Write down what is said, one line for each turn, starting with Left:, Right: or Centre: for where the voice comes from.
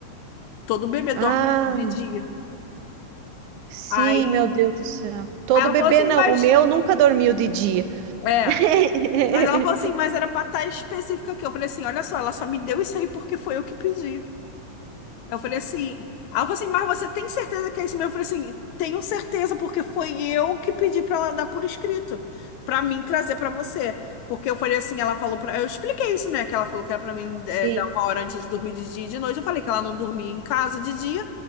Left: Todo bebê
Right: Ah,
Left: dorme de dia.
Right: sim,
Left: Aí,
Right: meu Deus do céu. Todo
Left: aí ela
Right: bebê
Left: falou assim,
Right: não,
Left: mas...
Right: o meu nunca dormiu de dia. <laughs>
Left: É. Mas ela falou assim, mas era pra estar específica aqui. Eu falei assim, olha só, ela só me deu isso aí porque foi eu que pedi. Eu falei assim, Aí ela falou assim, mas você tem certeza que é isso mesmo? Eu falei assim, tenho certeza, porque foi eu que pedi para ela dar por escrito, para mim trazer para você. Porque eu falei assim, ela falou para, eu expliquei isso, né? Que ela falou que era para mim é,
Right: Sim,
Left: dar uma hora antes de dormir de dia e de noite. Eu falei que ela não dormia em casa de dia.